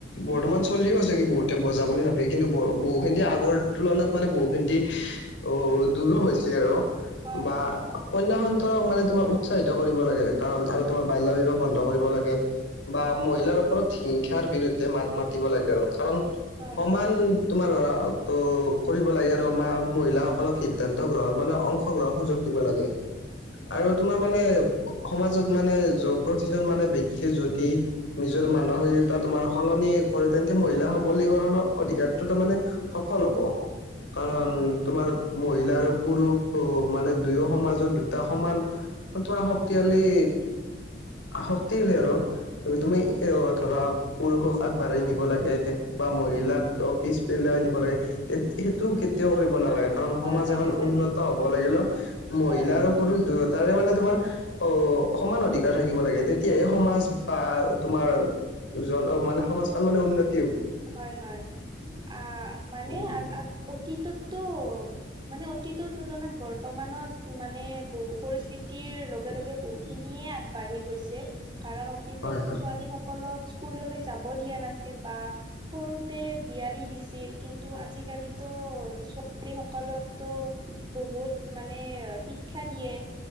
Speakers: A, on the left; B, on the right.
A: বৰ্তমান চলিও আছে কি বহুতে বজা বুলি ভাবে। কিন্তু ব বহুখিনি আগৰ তুলনাত মানে বহুখিনি অ দূৰো হৈছে আৰু।
B: হয়
A: বা অন্য সন্তানক মানে তোমাক উৎচাহিত কৰিব লাগে, কাৰণ আৰু তোমাৰ বাল্য বিবাহ বন্ধ কৰিব লাগে। বা
B: হয়
A: মহিলাৰ ওপৰত হিংসাৰ বিৰুদ্ধে মাত মাতিব লাগে আৰু কাৰণ
B: হয়
A: সমান তোমাৰ ত কৰিব লাগে। মহিলাসকলক সিদ্ধান্ত গ্ৰহণ মানে অংশ <unintelligible> সুযোগ দিব লাগে।
B: হয়
A: আৰু তোমাৰ মানে সমাজত মানে প্ৰতিজন মানে ব্যক্তি যদি নিজৰ মানসিক তোমাৰ সলনি কৰে তেন্তে মহিলা সবলীকৰণৰ অধিকাৰটো তাৰ মানে সফল হ'ব। কাৰণ
B: হয় হয় হয়
A: তোমাৰ মহিলা আৰু পুৰুষ মানে দুয়ো সমাজত দুটা সমান তোমাৰ শক্তিশালী আ শক্তিশালী আৰু তুমি এ
B: হয়
A: ধৰা পুৰুষক আগবাঢ়ি নিব লাগে বা মহিলাক পিছ পেলাই নিব লাগে তে সেইটো কেতিয়াও কৰিব নালাগে কাৰণ সমাজ
B: হয় হয়
A: এখন
B: নালাগে
A: উন্নত হ'ব লাগিলে মহিলা
B: হয়
A: আৰু পুৰুষ দুয়ো তাৰে মানে তোমাৰ অ সমান অধিকাৰ থাকিব লাগে তে তেতিয়াহে সমাজ বা তোমাৰ জন মানে সমাজখন মানে উন্নত
B: হয় হয় আ মানে
A: উম
B: আ অতীতত তো মানে অতীতৰ তুলনাত বৰ্তমানত মানে বহু পৰিস্থিতি লগে লগে বহু খিনিয়ে আগবাঢ়ি গৈছে কাৰণ অতীতত
A: হয় হয়
B: ছোৱালী সকলক স্কুললৈ যাব দিয়া নাছিল বা সৰুতে বিয়া দি দিছিল কিন্তু আজিকালিতো ছোৱালী সকলক তো বহুত মানে শিক খ্যা দিয়ে